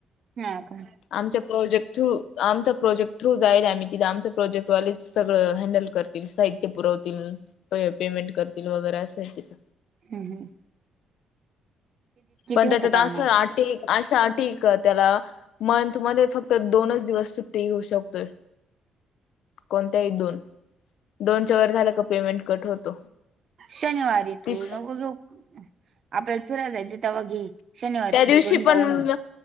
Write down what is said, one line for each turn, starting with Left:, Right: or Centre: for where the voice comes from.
Right: हा का?
Left: आमच्या प्रोजेक्ट थ्रू आमचा प्रोजेक्ट थ्रू जायेले आम्ही तिथ आमचे प्रोजेक्ट वालेच सगळं हँडल कर साहित्य पुरवतील प पेमेंट करतील वगैरे अस हाय तिच
Right: हं हं.
Left: पण
Right: होतं
Left: त्याच्यात
Right: कामाच
Left: असं अटी अशा अटी का त्याला मंथ मध्ये फक्त दोनच दिवस सुट्टी घेऊ शकतोय. कोणत्याही दोन दोनच्या वर झालं का, पेमेंट कट होतो.
Right: शनिवारी
Left: तीस
Right: तू नको घेऊ आपल्याला फिरायला जायचं तेव्हा घे. शनिवारी
Left: त्या दिवशी
Right: तू तिकडून जाऊ
Left: पण
Right: न